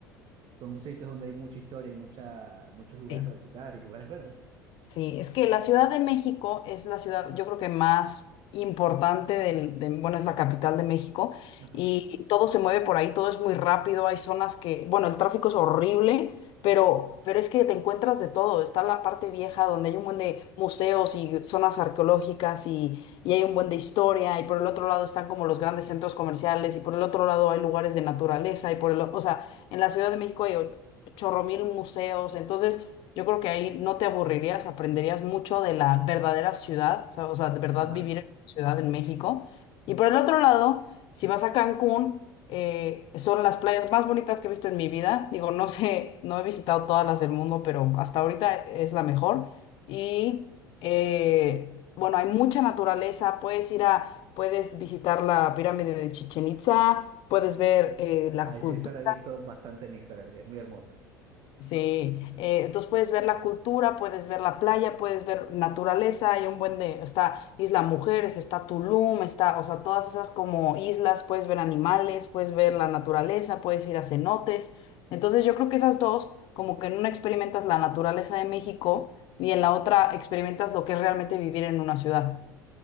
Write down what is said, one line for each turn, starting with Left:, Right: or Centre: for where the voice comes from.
Right: Son sitios donde hay mucha historia, hay mucha, muchos lugares
Left: Sí.
Right: para visitar y lugares verdes.
Left: Sí, es que la Ciudad de México es la ciudad, yo creo que más importante del, de- bueno, es la capital de México
Right: Ajá,
Left: y todo se mueve por ahí, todo es muy rápido, hay zonas que, bueno, el tráfico es horrible, pero, pero es que te encuentras de todo. Está la parte vieja donde hay un buen de museos y zonas arqueológicas y, y hay un buen de historia y por el otro lado están como los grandes centros comerciales y por el otro lado hay lugares de naturaleza y por el, o o sea, en la Ciudad de México hay o- chorro mil museos, entonces yo creo que ahí no te aburrirías, aprenderías mucho de la verdadera ciudad, o sea, o sea, de verdad
Right: ajá.
Left: vivir en una ciudad en México. Y por el otro lado, si vas a Cancún, eh, son las playas más bonitas que he visto en mi vida. Digo, no sé, no he visitado todas las del mundo, pero hasta ahorita es la mejor. Y eh, bueno, hay mucha naturaleza, puedes ir a, puedes visitar la pirámide de Chichen Itza puedes ver eh, la
Right: Ay,
Left: cultura
Right: sí, esa la he visto bastante en Instagram, es muy hermosa.
Left: Sí, eh, entonces puedes ver la cultura, puedes ver la playa, puedes ver naturaleza, hay un buen de, está Isla Mujeres, está Tulum, está, o sea, todas esas como islas, puedes ver animales, puedes ver la naturaleza, puedes ir a cenotes. Entonces yo creo que esas dos, como que en una experimentas la naturaleza de México y en la otra experimentas lo que es realmente vivir en una ciudad.